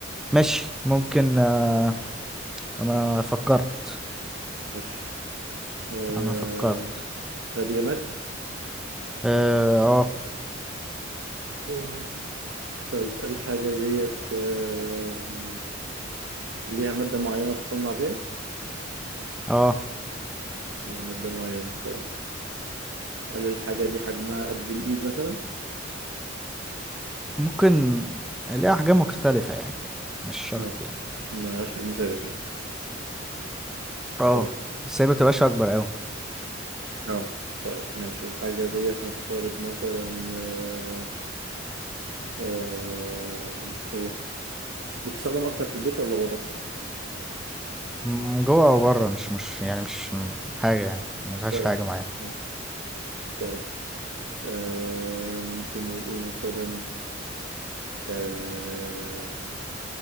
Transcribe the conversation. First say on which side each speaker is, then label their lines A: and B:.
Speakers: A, in the centre; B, on the right.
A: ماشي ممكن آه، انا فكرت
B: ماشي آه
A: انا فكرت
B: الحاجة دي
A: اه
B: جماد طيب الحاجة ديت آم، ليها مادة معينة بتصنع بيها؟
A: اه آه.
B: ليها مادة معينة طيب هل الحاجة دي حجمها قد الإيد مثلا؟
A: ممكن الاقي احجام مختلفة يعني مش شرط
B: اه
A: يعني
B: ملهاش حجم ثابت يعني
A: اه
B: طيب
A: بس هي متبقاش اكبر اوي
B: اه طيب ماشي الحاجة ديت نفترض مثلا آه، آه، ايه بتستخدم أكتر في البيت ولا بره؟
A: من جوه او بره مش مش يعني مش م- حاجة يعني ملهاش
B: مش فارقة
A: حاجة
B: يعني
A: معينة
B: اه طيب آه، ممكن نقول ايه مثلا آه،